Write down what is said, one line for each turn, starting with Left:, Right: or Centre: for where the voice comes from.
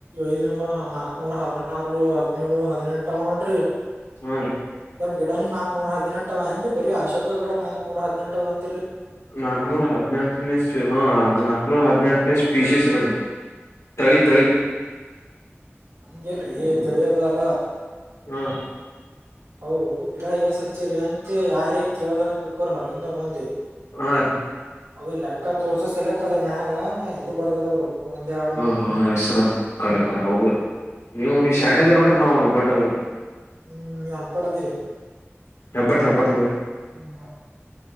Right: ಐದ್ನೂರ, ನಾಕಕ್ನೂರ, ಹದಿನಾರು, ಹದಿನೇಳು ಹದಿನೆಟ್, ಅವ ನೋಡ್ರಿ. <inaudible>
Left: ಹ, ರೀ. <inaudible>
Right: ಅವಗೀಡನ, ನಕವೇ, ಹದಿನೆಂಟು, ಅಏನ್ರಿ ಅಶೋಕ ಗಿಡ, ಆಕೋವರೆ, ಹದಿನಂಟವೆ, ಅ. <inaudible>
Left: ನಾಕ್ನೂರ, ಹದಿನೆಟ್ಟು, ನೇ ಇಸ್ವಿ, ಹಾ ಅದು ನಾಕನೂರ, ಹದಿನೆಂಟು. <inaudible> ಪೀಸೆಸಿ, ತಳಿ, ತಳಿ. <inaudible>
Right: ಹಂಗಿಲ್ರೀ ಚಳಿಗಾಲ? <inaudible>
Left: ಹೂ. <inaudible>
Right: ಅವರು, ಗಿಡ ಎಷ್ಟು ಹಚ್ಚಿರಿ, ಅಂತ ಕೇಳಿದ್ರು ಅಂತ, ತಿಳ್ಕೊಳಿ ಹೊರಗಿನವರು, ಬಂದಿ?
Left: ಹಾ
Right: <unintelligible>
Left: ರೀ
Right: ಅದು, ಲೆಕ್ಕ, ತೋರ್ಸ ಸಲಕ್ಕ, ಅದ್ರನ್ಯಾಗ, ಇದು ಬರ್ದಾರ, ಅವ್ರು. <inaudible>
Left: ಹಾ,
Right: ಮೂರ್
Left: ಹಾ,
Right: ನಾಲ್ಕು
Left: ಹೆಸ್ರ! ಕರೆ, ಕರೆ, ಹೌದು? ನೀವು ನೀ ಶಾಣದ, ನೋಡಿ. <inaudible> ನಾವು ಹೆಬ್ಬಾಟ್ಟ ಅದೇವ್ರ.
Right: ಹ್ಮ್, ನೀವ್ ಅನ್ಪಡದಿರಿ. <inaudible>
Left: ಹೆಬ್ಬಟ್, ಹೆಬ್ಬಟ್ಟದ. <inaudible>
Right: ಹ್ಮ್,